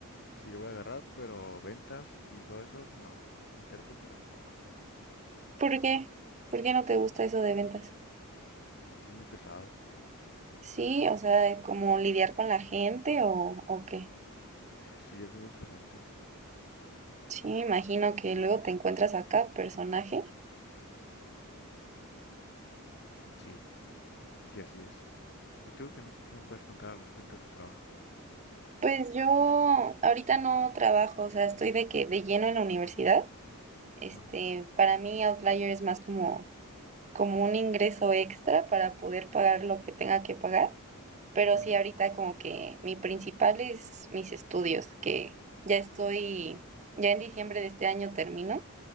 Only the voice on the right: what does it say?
¿Por qué? ¿Por qué no te gusta eso de ventas?
Sí, o sea, eh, como lidiar con la gente o, o qué.
Sí, imagino que luego te encuentras acá, personaje.
Pues yo ahorita no trabajo, o sea, estoy de que de lleno en la universidad. Este,
para mí Outlier es más como, como un ingreso extra para poder pagar lo que tenga que pagar. Pero
sí, ahorita como que mi principal es mis estudios, que ya estoy, ya en diciembre de este año termino,